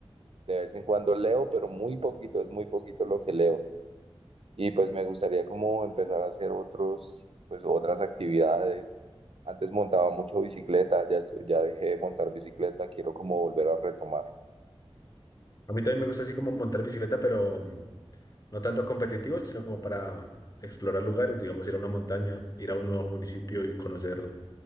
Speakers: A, on the right (about 70°); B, on the left (about 35°).
A: De vez en cuando leo, pero muy poquito, es muy poquito lo que leo. Y pues me gustaría como empezar a hacer otros, pues otras actividades. Antes montaba mucho bicicleta, ya estu- ya dejé de montar bicicleta, quiero como volver a retomar.
B: A mí también me gusta así como montar bicicleta, pero mm, no tanto competitivo, sino como para explorar lugares, digamos, ir a una montaña, ir a un nuevo municipio y conocer